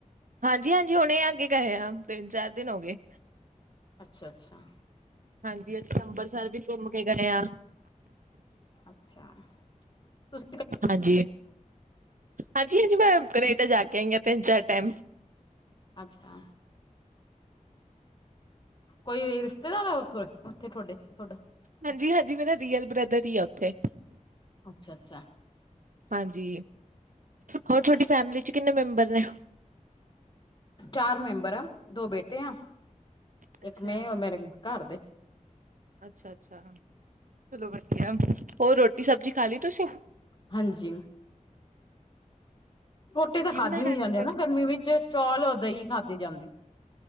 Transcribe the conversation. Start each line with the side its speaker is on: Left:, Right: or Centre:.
Right: ਹਾਂਜੀ-ਹਾਂਜੀ, ਹੁਣੇ ‌ਈ ਆ ਕੇ ਗਏ ਆ। ਤਿੰਨ-ਚਾਰ ਦਿਨ ਹੋ ਗੇ।
Left: ਅੱਛਾ-ਅੱਛਾ।
Right: ਹਾਂਜੀ, ਅਸੀਂ ਅੰਬਰਸਰ ਵੀ ਘੁੰਮ ਕੇ ਗ‌ਏ ਆ।
Left: ਅੱਛਾ ਤੁਸ
Right: ਹਾਂਜੀ, ਹਾਂਜੀ-ਹਾਂਜੀ ਮੈਂ ਕਨੇਡਾ ਜਾ ਕੇ ਆਈ ਆ ਤਿੰਨ-ਚਾਰ ਟੈਮ।
Left: ਅੱਛਾ। ਕੋਈ ਰਿਸ਼ਤੇਦਾਰ ਐ ਓਥੋ ਓਥੇ ਥੋਡੇ, ਥੋਡਾ?
Right: ਹਾਂਜੀ-ਹਾਂਜੀ ਮੇਰਾ ਰੀਅਲ ਬ੍ਰਦਰ ਹੀ ਆ ਓਥੇ।
Left: ਅੱਛਾ-ਅੱਛਾ।
Right: ਹਾਂਜੀ, ਹੋਰ ਥੋਡੀ ਫੈਮਿਲੀ ਚ ਕਿੰਨੇ ਮੈਂਬਰ ਨੇ?
Left: ਚਾਰ ਮੈਂਬਰ ਆ ਦੋ ਬੇਟੇ ਆ,
Right: ਅੱਛਾ,
Left: ਇੱਕ ਮੈਂ ਹੋਰ ਮੇਰੇ ਘਰ ਦੇ।
Right: ਅੱਛਾ-ਅੱਛਾ। ਚਲੋ ਵਧੀਆ, ਹੋਰ ਰੋਟੀ ਸਬਜ਼ੀ ਖਾ ਲਈ ਤੁਸੀਂ?
Left: ਹਾਂਜੀ। ਰੋਟੀ ਤਾਂ
Right: ਕੀ
Left: ਖਾਦੀ
Right: ਬਣਾਇਆ
Left: ਨੀ ਜਾਂਦੀ
Right: ਸੀ?
Left: ਆ ਨਾ ਗਰਮੀ ਵਿੱਚ ਚੌਲ ਔਰ ਦਹੀਂ ਖਾਦੀ ਜਾਂਦੀ।